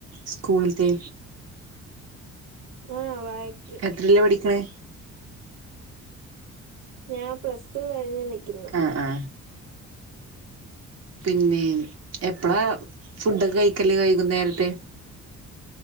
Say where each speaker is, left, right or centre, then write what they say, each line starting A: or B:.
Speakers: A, on the right (about 55°); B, on the right (about 85°).
A: സ്കൂള്ത്തെ
B: ആഹ് വായിക്കും.
A: എത്രയിലാ പഠിക്കണേ
B: ഞാൻ പ്ലസ് ടു കഴിഞ്ഞ് നിക്കുന്നു.
A: ആ ആ- പിന്നെ എപ്പളാ ഫുഡൊക്കെ കഴിക്കല്ലേ വൈകുന്നേരത്തെ?